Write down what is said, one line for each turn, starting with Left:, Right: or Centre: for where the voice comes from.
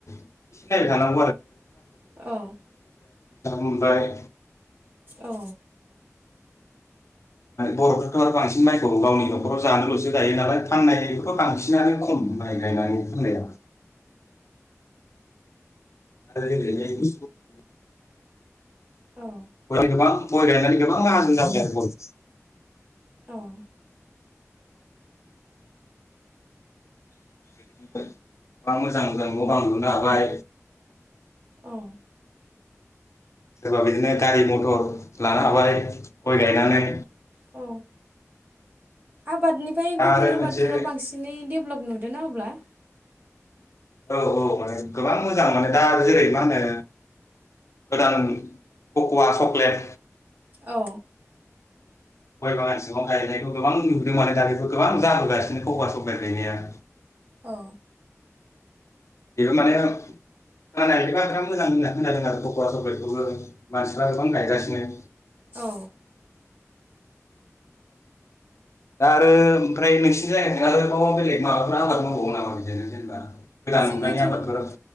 Left: <inaudible> फैसाबो
Right: औ
Left: मोनबाय।
Right: औ।
Left: बर'थ्राथ' आरो बांसिन <inaudible> औ गावनि न'खराव जानोल'सो गायो नालाय फाननायखौथ' बांसिनानो खम नायलायनानै फानलाया। आरो।
Right: औ
Left: गय गोबां गय गायनानै गोबां माहाजोन जाबोबाय आरो गय।
Right: औ
Left: <inaudible> गोबां मोजां मोजां न' बां लुनो हाबाय।
Right: औ।
Left: सोरबा बिदिनो। गारि मथर लानो हाबाय गय गायनानै।
Right: औ आबादनिफ्राय
Left: दा
Right: गुबुन
Left: आरो
Right: आबादफोराव
Left: मोनसे
Right: बांसिनै डेभलप नुद ना अब्ला।
Left: औ औ माने। गोबां मोजां माने दा जेरै मा होनो। गोदान कक'वा चक्लेट।
Right: औ।
Left: गय बागान सिङाव गायनायखौ गोबां नुदों माने दा बेखौ गोबां जाबोगासिनो खखा सक गायनाया।
Right: अ।
Left: बेबो माने खोनानाय फोरा बां बिराद मोजां होनना होनादों आरो फखरा सख्रिखौबो मानसिफ्रा गोबां गाइ दसनो
Right: औ
Left: दा आरो ओमफ्राय नोंसिनि जायगाजों आरो मा बेलेग माबाफोरा आबाद मावबावगोन नामा बिदिनो जेनेबा गोदान
Right: जोंनिथिंथ'
Left: मुग्रानि आबादफोर